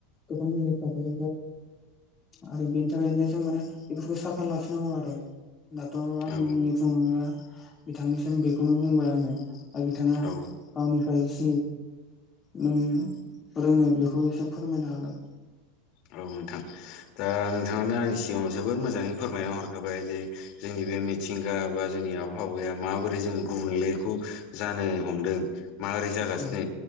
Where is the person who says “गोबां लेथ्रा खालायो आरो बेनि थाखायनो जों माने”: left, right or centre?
Left